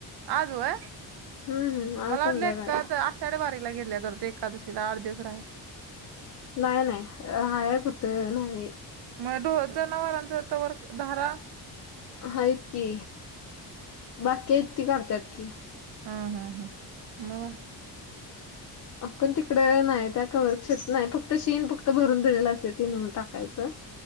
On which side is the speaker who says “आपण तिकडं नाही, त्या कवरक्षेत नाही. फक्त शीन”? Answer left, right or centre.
Left